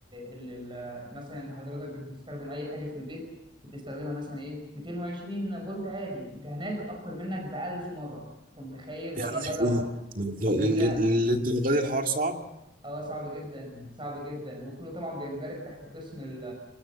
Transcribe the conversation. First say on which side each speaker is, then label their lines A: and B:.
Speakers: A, on the right; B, on the right.
A: ال- ال- مثلا انت حضرتك بتستخدم اي حاجه في البيت بتستخدمها مثلا ايه 220 فولت عادي انت هناك اكتر منك ب 1000 مره انت متخيل
B: يا
A: يعني
B: لهوي
A: ده لوحه ان ده
B: للد- للدرجه دي الحوار صعب
A: اه صعب جدا صعب جدا وكله طبعا بيندرج تحت قسم ال-